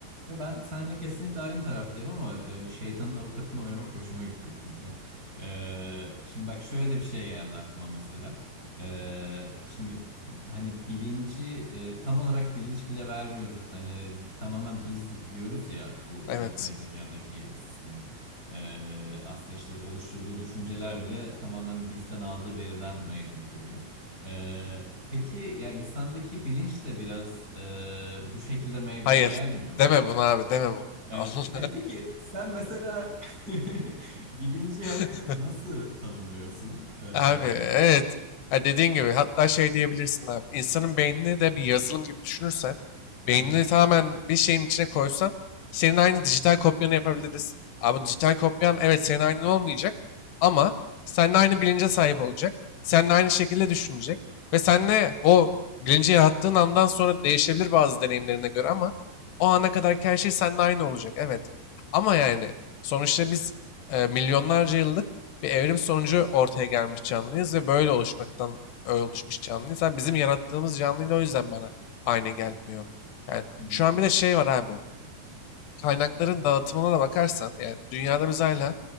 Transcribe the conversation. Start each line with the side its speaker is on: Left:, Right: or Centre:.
Right: Ya ben seninle kesinlikle aynı taraftayım ama e, şeytanın avukatını oynamak hoşuma gitti bu konuda. E, şimdi bak şöyle de bir şey geldi aklıma mesela. E, şimdi hani bilinci e, tam olarak bilinç bile vermiyoruz. Hani tamamen biz yüklüyoruz ya bu
Left: Evet.
Right: yapay zekadaki sistemi. E, aslında işte oluşturduğu düşünceler bile tamamen bizden aldığı veriden meydana geliyor. E, Peki ya insandaki bilinç de biraz e, bu şekilde meydana
Left: Hayır.
Right: gelmiyor mu?
Left: Deme bunu abi, deme bunu. <laughs>
Right: Yani,
Left: Allah.
Right: e, peki sen mesela <laughs> bilinci
Left: <laughs>
Right: hani nasıl tanımlıyorsun? E,
Left: Abi evet. Ha, dediğin gibi hatta şey diyebilirsin abi. İnsanın beynini de bir yazılım gibi düşünürsen, beynini
Right: aha,
Left: tamamen bir şeyin içine koysan, senin aynı dijital kopyanı yapabiliriz. Abi dijital kopyan evet senin aynın olmayacak ama seninle aynı bilince sahip olacak. Seninle aynı şekilde düşünecek ve seninle o bilinci yarattığın andan sonra değişebilir bazı deneyimlerine göre ama o ana kadarki her şey seninle aynı olacak. Evet. Ama yani sonuçta biz e, milyonlarca yıllık bir evrim sonucu ortaya gelmiş canlıyız ve böyle oluşmaktan oluşmuş canlıyız. Abi bizim yarattığımız canlıyla o yüzden bana aynı gelmiyor. Yani
Right: hı hı,
Left: şu an bir de şey var abi kaynakların dağıtımına da bakarsan yani dünyada biz hala